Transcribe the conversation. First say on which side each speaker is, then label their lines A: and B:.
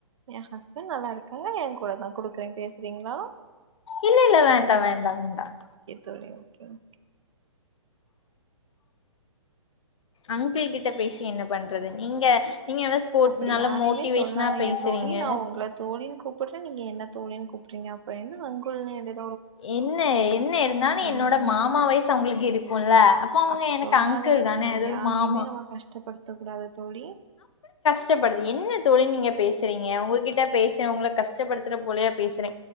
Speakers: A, on the right; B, on the left.
A: என் ஹஸ்பண்ட் நல்லா இருக்காங்க என் கூட தான் குடுக்குறேன் பேசுறீங்களா
B: இல்ல இல்ல வேண்டாம் வேண்டாம் வேண்டாம்
A: தோழி ஓகே ஓகே
B: அங்கிள் கிட்ட பேசி என்ன பண்றது நீங்க நீங்க நல்லா ஸ்போர்ட்
A: அப்படி
B: நல்ல
A: யாரையுமே
B: மோட்டிவேஷனா
A: சொல்லாதீங்க
B: பேசுறீங்க.
A: தோழி நான் உங்களை தோழின்னு கூப்பிட்றே நீங்க என்ன தோழின்னு கூப்பிறீங்க அப்பறஎன்ன அங்குல்னு எடுத்
B: என்ன என்ன இருந்தாலு என்னோட
A: மாதிரி.
B: மாமா வயசு அவங்களுக்கு இருக்குல அப்போ அவங்க
A: அப்டி
B: எனக்கு
A: சொல்லாதீங்க
B: அங்கிள் தானே
A: தோழி
B: அது ஒரு
A: யாரையுமே
B: மாமா
A: நம்ம <unintelligible> தோழி
B: கஷ்டபடுது என்ன தோழி நீங்க பேசுறீங்க உங்ககிட்ட பேசு உங்கள கஷ்டப்படுத்துற போலியா பேசுறே